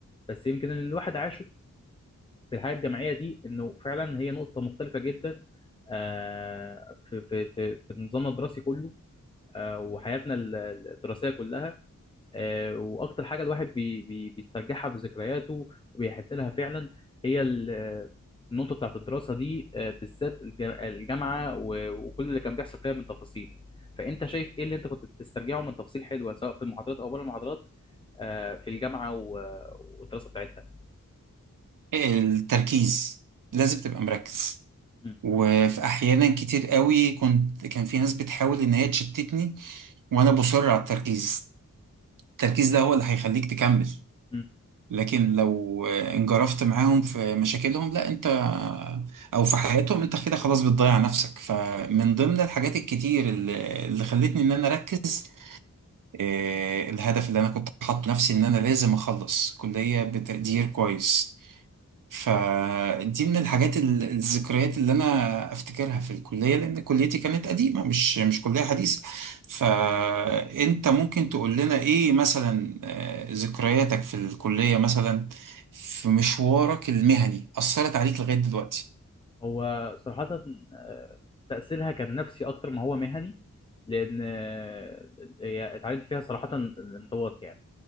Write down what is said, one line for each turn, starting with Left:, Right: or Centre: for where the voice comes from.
Left: بس يمكن ان الواحد عاشه في الحياه الجامعيه دي انه فعلا هي نقطه مختلفه جدا آه، في في في في نظامنا الدراسي كله آه، وحياتنا ال- الدراسيه كلها آه، واكتر حاجه الواحد بي بي بيسترجعها في ذكرياته وبيحن لها فعلا هي ال- النقطه بتاعت الدراسه دي آه، بالذات الج- الجامعه و- وكل اللي كان بيحصل فيها من تفاصيل فانت شايف ايه اللي انت كنت بتسترجعه من تفاصيل حلوه سواء في المحاضرات او بره المحاضرات آه، في الجامعه و- والدراسه بتاعتها
Right: التركيز لازم تبقى مركز
Left: م-
Right: وفي احيانا كتير قوي كنت كان في ناس بتحاول ان هي تشتتني وانا بصر على التركيز التركيز ده هو اللي هيخليك تكمل
Left: م-
Right: لكن لو انجرفت معاهم في مشاكلهم لا انت او في حياتهم انت كده خلاص بتضيع نفسك فمن ضمن الحاجات الكتير اللي اللي خلتني ان انا اركز آه، الهدف اللي انا كنت حاطه لنفسي ان انا لازم اخلص كلية بتقدير كويس فدي من الحاجات ال- الذكريات اللي انا افتكرها في الكليه لان كليتي كانت قديمه مش مش كليه حديثه فانت ممكن تقول لنا ايه مثلا آه، ذكرياتك في الكليه مثلا في مشوارك المهني اثرت عليك لغايه دلوقتي
Left: هو صراحة آه، تأثيرها كان نفسي أكتر ما هو مهني لأن آه، هي اتعلمت فيها صراحة الانضباط يعني